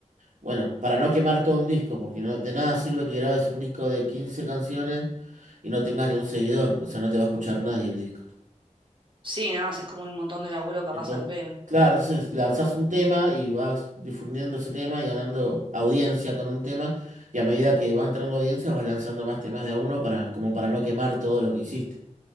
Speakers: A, on the right (about 75°); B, on the right (about 40°).
A: bueno, para no quemar todo un disco, porque no, de nada sirve que grabes un disco de 15 canciones y no tengas ni un seguidor, o sea, no te va a escuchar nadie el disco.
B: Sí, no, haces como un montón de laburo capaz
A: Entonces,
B: al pedo.
A: claro, entonces lanzás un tema y vas difundiendo ese tema y ganando audiencia con un tema, y a medida que va entrando audiencia vas lanzando más temas de a uno para, como para no quemar todo lo que hiciste.